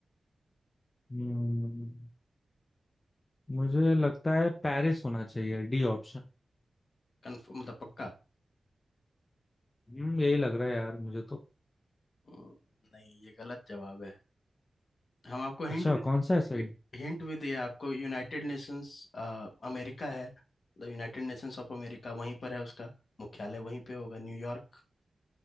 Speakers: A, on the left; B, on the left.
A: हम्म, मुझे लगता है पेरिस होना चाहिए डी ऑप्शन
B: कन्फर्म मतलब पक्का
A: हम्म यही लग रहा है यार मुझे तो
B: हम्म, नहीं ये गलत जवाब है हम आपको हिंट
A: अच्छा
B: भी
A: कौन सा है सही
B: हिंट भी दिया आपको यूनाइटेड नेशंस अमेरिका है the United Nations of America वहीं पर है उसका मुख्यालय वहीं पे होगा न्यूयॉर्क